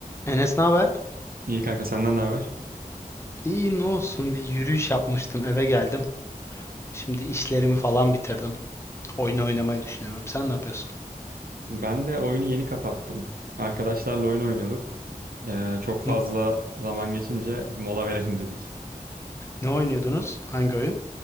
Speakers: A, on the left (about 15°); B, on the right (about 80°).
A: Enes ne haber?
B: İyi kanka senden ne haber?
A: İyi ne olsun bir yürüyüş yapmıştım eve geldim. Şimdi işlerimi falan bitirdim. Oyun oynamayı düşünüyorum. Sen ne yapıyorsun?
B: Ben de oyunu yeni kapattım. Arkadaşlarla oyun oynuyorduk. Ee, çok fazla
A: N-
B: zaman geçince mola verelim dedik.
A: Ne oynuyordunuz? Hangi oyun?